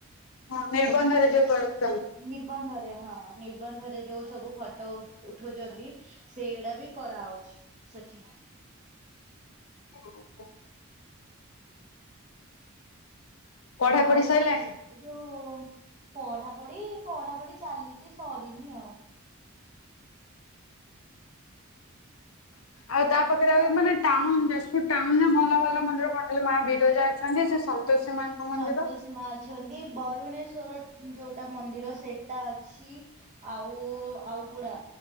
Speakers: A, on the left (about 90°); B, on the right (about 35°).
A: ହଁ ନିର୍ବନ୍ଧରେ ଯୋଉ କରନ୍ତ
B: ନିର୍ବନ୍ଧ ରେ ହଁ ନିର୍ବନ୍ଧରେ ଯୋଉ ସବୁ ଫଟୋ ଉଠୁଚନ୍ତି ସେଇଗୁଡା ବି କରାହୋଉଚି। ସେଠି
A: <unintelligible> ପଢାପଢି
B: ଆଉ
A: ସରିଲାଣି?
B: ଏ ଏ ଯୋଉ ପଢାପଢି ପଢାପଢି ଚାଲିଛି ସରିନି ଆଉ।
A: ଆଉ ତା ପାଖରେ ଆ ମାନେ ଟାଉନ୍ ଯାଜପୁର। ଟାଉନ ରେ ଭଲ ଭଲ ମନ୍ଦିର କଣ କହିଲ ମା ବିରଜା ଅଛନ୍ତି ସେ ସନ୍ତୋଷୀ ମାଙ୍କ ମନ୍ଦିର।
B: ସନ୍ତୋଷୀ ମା ଅଛନ୍ତି ବରୁଣେଶ୍ଵର ଯୋଉଟା ମନ୍ଦିର ସେଇଟା ଅଛି ଆଉ ଆଉ କଉଡା